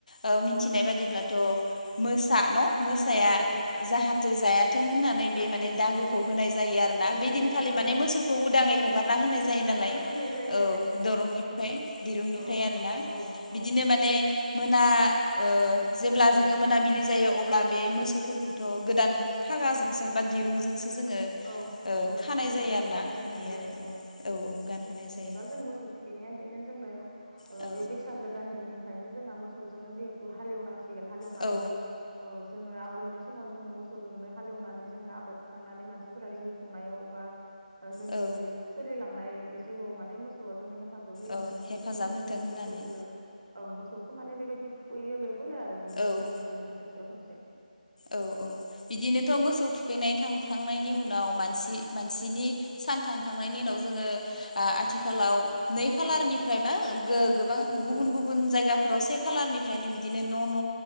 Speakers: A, on the left; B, on the right.
A: ओ मिन्थिनाय बादिब्लाथ' मोसा न मोसाया
B: औ औ
A: जाहाथे जाया थों होननानै
B: जायाथों
A: बे माने दागोखौ
B: औ
A: होनाय जायो आरोना
B: होनाय
A: बे दिनखालि
B: जायो आरो
A: माने मोसौखौ उदाङै हगार ना होनाय जायो नालाय
B: हगारना होनाय जायो
A: औ
B: नालाय
A: दरंनिफ्राय
B: बेखायनोथ'
A: दिरुंनिफ्राय
B: औ
A: आरोना
B: औ
A: बिदिनो
B: औ
A: माने मोना ओ जेब्ला
B: मोनाबिलि
A: जोङो
B: समाव
A: मोनाबिलि जायो अब्ला बे मोसौफोरखौथ' गोदान फागाजोंसो
B: औ
A: बा दिरुंजोंसो जोङो
B: औ
A: ओ
B: औ
A: खानाय
B: होनाय
A: जायो
B: जाबाय
A: आरो ना
B: गानहोनाय
A: बिदि
B: जाबाय
A: आरो
B: औ
A: औ
B: औ
A: गानहोनाय
B: जेनेबा
A: जायो
B: जों मोसौ थुखैनाया बेनो जोंनो ओ
A: औ
B: बे बैसागो दान मुनिफ्रायनो जोंहा मोसौजों जिहेथु हालेवनां सिगोन हालेवनानै
A: औ
B: औ जोङो आवगोलनि समाव जोङो मोसौजोंनो हालेवनानै जोङो आबाद थिखांनानै मानसिफोरा जिउ खुंनायाव बा ओजोंनि
A: औ
B: सोलिलांनाय जिउआव माने मोसौआ जोंनो फाजाब होयोमोन
A: औ
B: नालाय
A: हेफाजाब
B: बिनि थाखायनो
A: होथों
B: जोङो
A: होननानै
B: मोसौखो ओं मोसौखौ माने बेबायदि थुखैयो लोबो आरो बेनि थाखायनो
A: औ
B: जोङो बोसोरसेयाव खनसे
A: औ औ बिदिनोथ' मोसौ थुखैनाय थांखांनायनि उनाव मानसि मानसिनि सान थांखांनायनि उनाव जोङो ओ आथिखालाव नै खालारनिफ्रायबा
B: औ
A: गो-गोबां गुबुन
B: औ
A: गुबुन जायगा फोराव से खालारनिफ्रायनो बिदिनो न' न'